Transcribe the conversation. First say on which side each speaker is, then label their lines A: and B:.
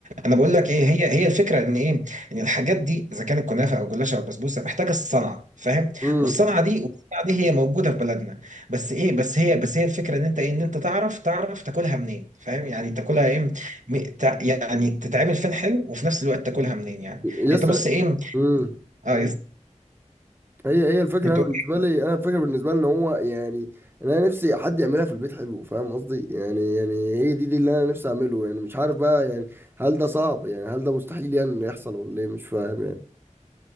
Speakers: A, on the right; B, on the right.
A: انا بقول لك ايه هي هي الفكره ان ايه ان الحاجات دي اذا كانت كنافه او جلاشه او بسبوسه محتاجه الصنعه فاهم
B: امم
A: والصنعه دي والصنعه دي هي موجوده في بلدنا بس ايه بس هي بس هي الفكره ان انت ايه ان انت تعرف تعرف تاكلها منين فاهم يعني تاكلها ايه م- تع- يعني تتعمل فين حلو وفي نفس الوقت تاكلها منين يعني
B: يس
A: انت بص ايه
B: امم
A: اه يس-
B: هي هي الفكره
A: بتقول
B: انا بالنسبه
A: إيه؟
B: لي انا الفكره بالنسبه لي ان هو يعني انا نفسي حد يعملها في البيت حلو فاهم قصدي يعني يعني هي دي دي اللي انا نفسي اعمله يعني مش عارف بقى يعني هل ده صعب يعني هل ده مستحيل يعني إنه يحصل ولا ايه مش فاهم يعني